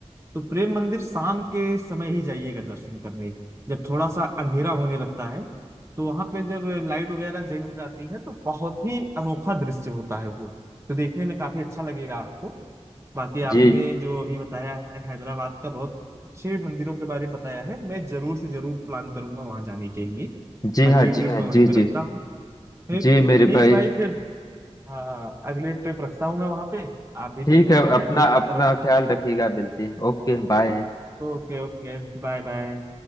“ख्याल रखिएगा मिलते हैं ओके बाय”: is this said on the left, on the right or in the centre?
Left